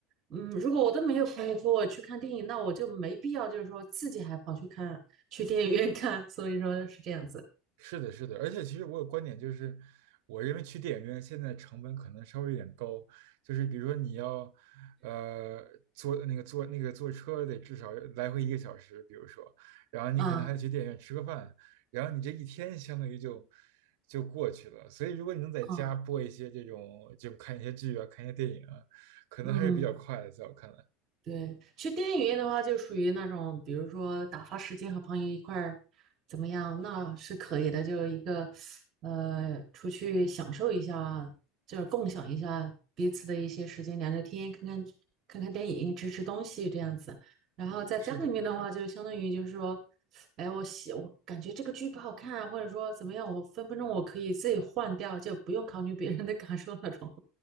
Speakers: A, on the right; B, on the right.
A: 嗯，如果我都没有朋友和我去看电影，那我就没必要，就是说自己还跑去看，去电影院看。所以说是这样子。
B: 是的，是的，而且其实我有观点，就是我认为去电影院现在成本可能稍微有点高，就是比如说你要，呃，坐那个坐那个坐车得至少来回一个小时，比如说，然后你可能还得去电影院吃个饭，
A: 嗯
B: 然后你这一天相当于就就过去了。所以如果你能在家播一些这种，
A: 嗯
B: 就看一些剧啊，看一些电影啊，可能还是比较快的，
A: 嗯，
B: 在我看来，
A: 对，去电影院的话，就属于那种，比如说打发时间和朋友一块儿怎么样，那是可以的。就一个呃，出去享受一下，就是共享一下彼此的一些时间，聊聊天，看看看看电影，吃吃东西这样子。
B: 嗯，
A: 然后在家里面的话，
B: 是的。
A: 就相当于就是说，哎，我喜我感觉这个剧不好看啊，或者说怎么样，我分分钟我可以自己换掉，就不用考虑别人的感受那种。